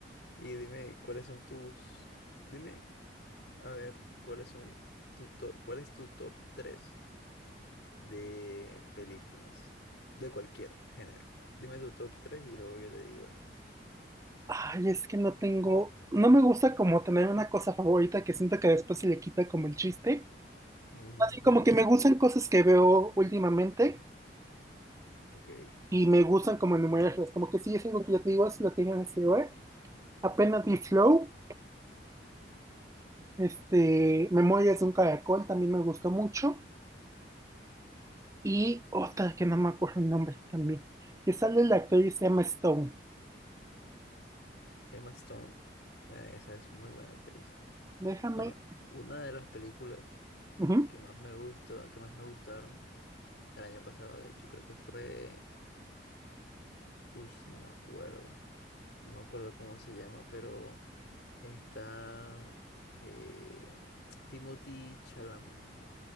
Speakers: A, on the left (about 70°); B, on the right (about 15°).
A: Y dime, ¿cuáles son tus, dime, a ver, ¿cuáles son tu top, cuál es tu top 3 de películas de cualquier género? Dime tu top 3 y luego yo te digo el mío.
B: Ay, es que no tengo. No me gusta como tener una cosa favorita que siento que después se le quita como el chiste.
A: <laughs> Ujú,
B: Así como que me gustan cosas que veo últimamente
A: Ok,
B: y me gustan como enumerarlas. Como que sí es algo que ya te digo, si lo tenía en este lugar. Apenas vi Flow, este, Memorias de un Caracol también me gustó mucho. Y otra que no me acuerdo el nombre también. Que sale el actor y se llama Stone.
A: Emma Stone, eh, esa es muy buena actriz.
B: Déjame.
A: Bueno, una de las películas
B: ujú,
A: que más me gustó, que más me gustaron el año pasado, de hecho, creo que fue Uy, no me acuerdo. No me acuerdo cómo se llama, pero está eh, <tsk> Timothy Chalamet.